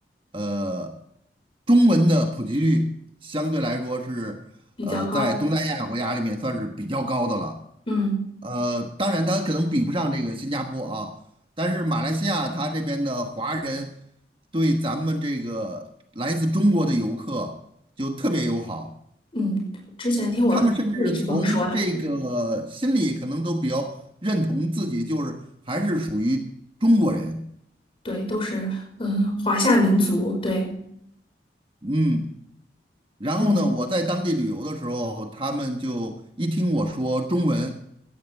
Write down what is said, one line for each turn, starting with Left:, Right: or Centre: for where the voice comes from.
Right: 呃中文的普及率相对来说是呃在东南亚国家里面算是比较高的了。
Left: 比较高，嗯
Right: 呃，当然它可能比不上这个新加坡啊，但是马来西亚它这边的华人对咱们这个来自中国的游客就特别友好。
Left: 嗯，之前听我同事也是这么说的，
Right: 他们甚至从这个心里可能都比较认同自己，就是还是属于中国人。
Left: 对，都是嗯华夏民族，对，
Right: 嗯，然后呢，
Left: 嗯
Right: 我在当地旅游的时候，他们就一听我说中文，